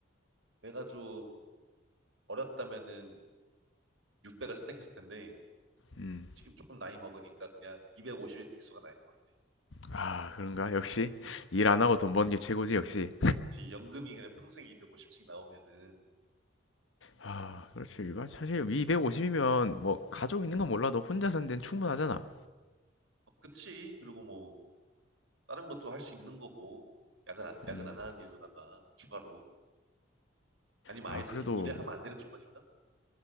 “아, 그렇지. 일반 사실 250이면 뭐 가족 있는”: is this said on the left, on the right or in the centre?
Left